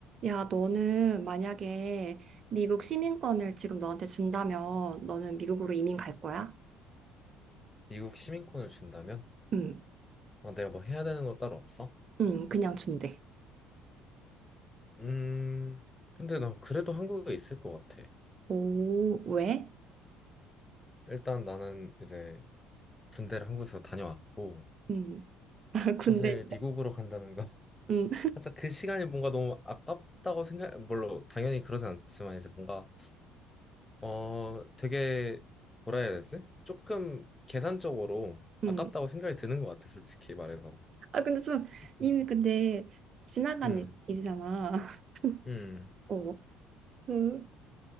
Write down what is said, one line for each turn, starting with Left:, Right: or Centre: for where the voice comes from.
Right: 야, 너는 만약에 미국 시민권을 지금 너한테 준다면 너는 미국으로 이민 갈 거야?
Left: 미국 시민권을 준다면?
Right: 응,
Left: 아, 내가 뭐 해야 되는 거 따로 없어?
Right: 응, 그냥 준대.
Left: 음, 근데 난 그래도 한국에 있을 것 같아.
Right: 오, 왜?
Left: 일단 나는 이제 군대를 한국에서 다녀왔고,
Right: 응, <laughs>
Left: 사실
Right: 군대.
Left: 미국으로 간다는 거. <laughs>
Right: 응,
Left: 살짝 그 시간이 뭔가 너무 아깝다고 생각, 물론 당연히 그러진 않지만 이제 뭔가, 어, 되게, 뭐라 해야 되지? 조금 계산적으로
Right: 응.
Left: 아깝다고 생각이 드는 것 같아, 솔직히 말해서.
Right: 아, 근데 좀 이미
Left: 음,
Right: 근데 지나간
Left: 음,
Right: 일- 일이잖아. <laughs>
Left: 음.
Right: 어, 그,